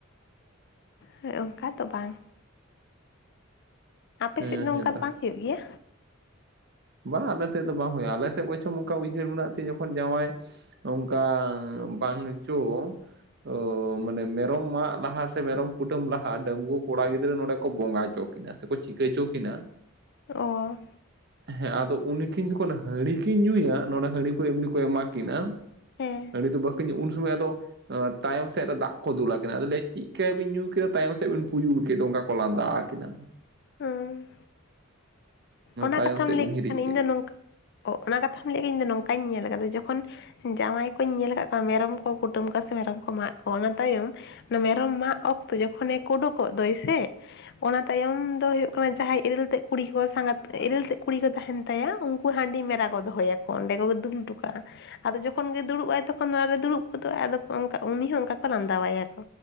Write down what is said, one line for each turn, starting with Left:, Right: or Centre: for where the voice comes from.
Left: ᱦᱮᱸ ᱚᱱᱠᱟ ᱫᱚ ᱵᱟᱝ᱾ ᱟᱯᱮ
Right: ᱦᱮᱸ
Left: ᱥᱮᱫ ᱫᱚ
Right: ᱦᱮᱸ
Left: ᱚᱱᱠᱟ
Right: ᱛᱚ
Left: ᱫᱚ ᱵᱟᱝ ᱦᱩᱭᱩᱜ ᱜᱮᱭᱟ?
Right: ᱵᱟᱝ ᱟᱞᱮ ᱥᱮᱫ ᱫᱚ ᱵᱟᱝ ᱦᱩᱭᱩᱜᱼᱟ, ᱟᱞᱮ ᱥᱮᱫ ᱵᱚᱪᱷᱚᱢ ᱱᱚᱝᱠᱟ ᱩᱭᱦᱟᱹᱨ ᱢᱮᱱᱟᱜ ᱛᱮ ᱡᱚᱠᱷᱚᱱ ᱡᱟᱶᱟᱭ ᱱᱚᱝᱠᱟ ᱵᱟᱝ ᱪᱳ ᱛᱳ ᱢᱟᱱᱮ ᱢᱮᱨᱚᱢ ᱢᱟᱜ ᱞᱟᱦᱟ ᱥᱮ ᱢᱮᱨᱚᱢ ᱠᱩᱴᱟᱹᱢ ᱞᱟᱦᱟ ᱰᱟᱸᱜᱩᱣᱟᱹ ᱠᱚᱲᱟ ᱜᱤᱫᱽᱨᱟᱹ ᱱᱚᱰᱮ ᱠᱚ ᱵᱚᱸᱜᱟ ᱚᱪᱚ ᱠᱤ ᱥᱮᱠᱚ ᱪᱤᱠᱷᱟᱹᱭ ᱪᱚ ᱠᱤᱱᱟ᱾
Left: ᱚ
Right: ᱦᱮᱸ ᱟᱫᱚ ᱩᱱᱠᱤᱱ ᱡᱚᱠᱷᱚᱱ ᱦᱟᱺᱲᱤ ᱠᱤᱱ ᱧᱩᱭᱟ ᱱᱚᱰᱮ ᱦᱟᱺᱲᱤ ᱠᱚ ᱮᱢᱱᱤ ᱠᱚ ᱮᱢᱟ ᱠᱤᱱᱟ᱿
Left: ᱦᱮᱸ
Right: ᱦᱟᱺᱲᱤ ᱫᱚ ᱵᱟᱠᱤᱱ ᱧᱩᱭᱟ ᱩᱱ ᱥᱚᱢᱚᱭ ᱟᱫᱚ ᱛᱟᱭᱚᱢ ᱥᱮᱫ ᱨᱮ ᱫᱟᱜ ᱠᱚ ᱫᱩᱞᱠᱤᱱᱟ ᱛᱟᱭᱚᱢ ᱥᱮᱫ ᱨᱮ ᱫᱟᱜ ᱠᱚ ᱫᱩᱞᱟ ᱠᱤᱱᱟ, ᱟᱫᱚ ᱞᱟᱹᱭᱼᱟ ᱪᱮᱫ ᱠᱟᱭᱟ ᱵᱤᱱ ᱧᱩ ᱠᱮᱫᱟ ᱛᱟᱭᱚᱢ ᱥᱮᱫ ᱵᱤᱱ ᱯᱩᱭᱩᱞ ᱠᱮᱫ ᱫᱚ ᱚᱱᱠᱟ ᱠᱚ ᱞᱟᱸᱫᱟ ᱟᱠᱤᱱᱟ᱾
Left: ᱦᱩᱸ, ᱚᱱᱟ
Right: ᱛᱟᱭᱚᱢ
Left: ᱠᱟᱛᱷᱟᱢ
Right: ᱥᱮᱫ ᱵᱤᱱ
Left: ᱞᱟᱹᱭ ᱠᱮᱫ
Right: ᱦᱤᱨᱤᱡ
Left: ᱠᱷᱟᱱ ᱤᱧ ᱫᱚ ᱱᱚᱝᱠᱟ ᱚ ᱚᱱᱟ ᱠᱟᱛᱷᱟᱢ ᱞᱟᱹᱭ ᱤᱧᱫᱚ ᱱᱚᱝᱠᱟᱧ ᱧᱮᱞ ᱟᱠᱟᱫᱟ ᱡᱚᱠᱷᱚᱱ ᱡᱟᱶᱟᱭ ᱠᱚᱧ ᱧᱮᱞ ᱟᱠᱟᱫ ᱠᱚᱣᱟ ᱢᱮᱨᱚᱢ ᱠᱚ ᱠᱩᱴᱟᱹᱢ ᱠᱚ ᱥᱮ ᱢᱮᱨᱚᱢ ᱠᱚ ᱢᱟᱜ ᱠᱚᱣᱟ ᱚᱱᱟ ᱛᱟᱭᱚᱢ ᱢᱮᱨᱚᱢ ᱢᱟᱜ ᱚᱠᱛᱚ ᱡᱚᱠᱷᱚᱱᱮ ᱠᱩᱰᱩᱠᱚᱜ ᱫᱚᱭ ᱥᱮ ᱚᱱᱟ ᱛᱟᱭᱚᱢ ᱫᱚ ᱦᱩᱭᱩᱜ ᱠᱟᱱᱟ ᱡᱟᱸᱦᱟᱸᱭ ᱤᱨᱤᱞ ᱛᱮᱫ ᱠᱩᱲᱤ ᱠᱚ ᱥᱟᱸᱜᱟᱛ ᱤᱨᱤᱞ ᱛᱮᱫ ᱠᱩᱲᱤ ᱠᱚ ᱛᱟᱦᱮᱱ ᱛᱟᱭᱟ, ᱩᱱᱠᱩ ᱦᱟᱺᱰᱤ ᱢᱮᱨᱟ ᱠᱚ ᱫᱚᱦᱚᱭ ᱟᱠᱚ᱾ ᱚᱸᱰᱮ ᱠᱚᱜᱮ ᱫᱩᱞ ᱦᱚᱴᱚ ᱠᱟᱜᱼᱟ᱾ ᱟᱫᱚ ᱡᱚᱠᱷᱚᱱ ᱜᱮ ᱫᱩᱲᱩᱵ-ᱟᱭ ᱛᱚᱠᱷᱚᱱ ᱚᱱᱟ ᱨᱮ ᱫᱩᱲᱩᱵ ᱜᱚᱫᱚᱜᱼᱟ ᱟᱫᱚ ᱚᱱ ᱩᱱᱤ ᱦᱚᱸ ᱚᱱᱠᱟ ᱠᱚ ᱞᱟᱸᱫᱟᱣᱟᱭᱟ ᱠᱚ᱾